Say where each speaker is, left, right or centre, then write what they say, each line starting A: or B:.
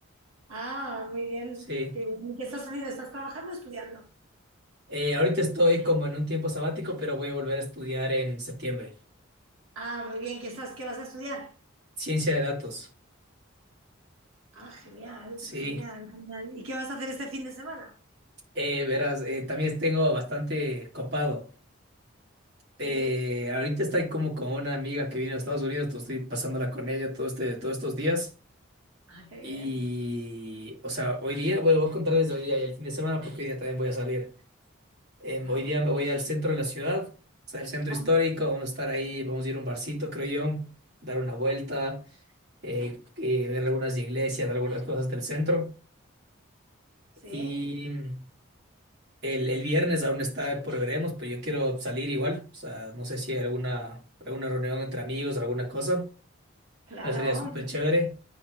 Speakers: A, on the right; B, on the right.
A: Ah, muy bien.
B: Sí.
A: Qué bien. ¿Qué estás haciendo? ¿Estás trabajando o estudiando?
B: Eh, ahorita estoy como en un tiempo sabático, pero voy a volver a estudiar en septiembre.
A: Ah, muy bien. ¿Qué estás? ¿Qué vas a estudiar?
B: Ciencia de datos.
A: Ah, genial,
B: Sí.
A: genial, genial. ¿Y qué vas a hacer este fin de semana?
B: Eh, verás, eh, también tengo bastante copado.
A: Sí.
B: Eh, ahorita estoy como con una amiga que viene a Estados Unidos, to- estoy pasándola con ella todo este, todos estos días.
A: Ah, qué bien.
B: Y, o sea, hoy día, bueno, voy a contar desde hoy día y el fin de semana porque hoy día también voy a salir. Em,
A: Ah,
B: hoy día me voy al centro de la ciudad, o sea, el centro
A: ah,
B: histórico, vamos a estar ahí, vamos a ir a un barcito, creo yo, dar una vuelta, eh, eh, ver algunas iglesias, algunas cosas del centro.
A: sí,
B: Y mm, el, el viernes aún está por veremos, pero yo quiero salir igual, o sea, no sé si hay alguna, alguna reunión entre amigos, alguna cosa.
A: claro.
B: No sería súper chévere.